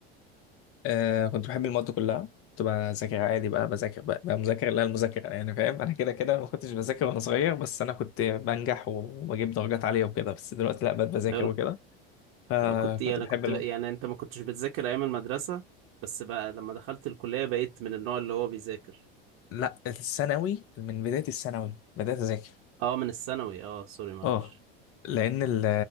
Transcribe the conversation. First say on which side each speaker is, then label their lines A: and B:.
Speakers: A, on the left; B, on the right.
A: آه كنت بحب المواد كلها كنت بذاكر عادي بقى بذاكر بقى, بقى مذاكر لا المذاكره يعني فاهم انا كده كده ما كنتش بذاكر وانا صغير بس انا كنت بنجح وبجيب درجات عاليه وكده بس دلوقتي لا بقيت بذاكر
B: حلو
A: وكده فكنت
B: آه، كنت يعني
A: بحب
B: كنت
A: المواد
B: يعني انت ما كنتش بتذاكر ايام المدرسة بس بقى لما دخلت الكلية بقيت من النوع اللي هو بيذاكر
A: لا الثانوي من بداية الثانوي بدأت أذاكر
B: اه من الثانوي اه سوري معلش
A: اه لأن ال-